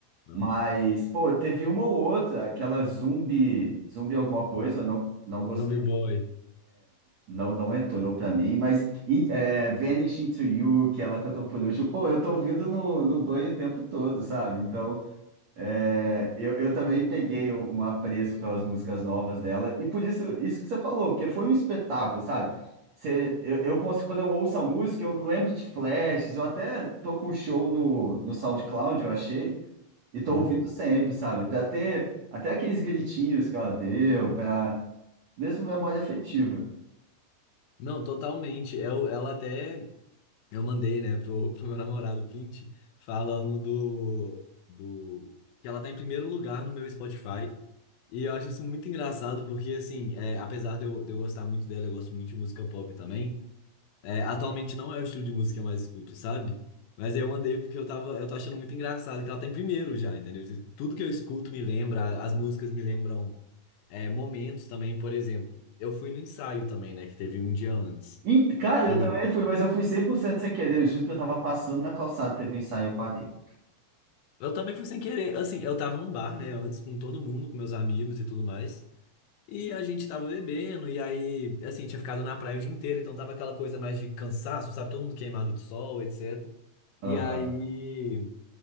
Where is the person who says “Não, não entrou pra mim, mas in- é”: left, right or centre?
Right